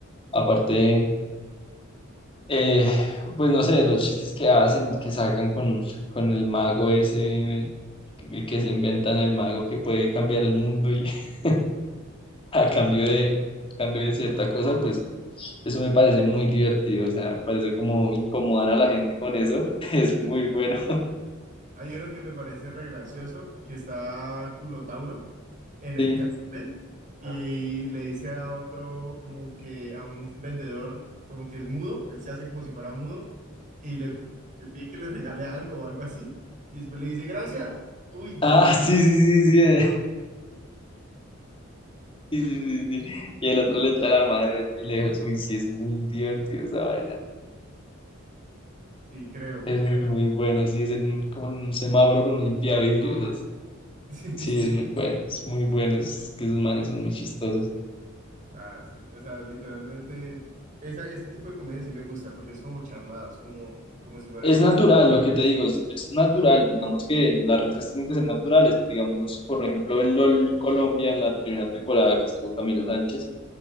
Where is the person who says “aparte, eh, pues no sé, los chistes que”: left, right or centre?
Left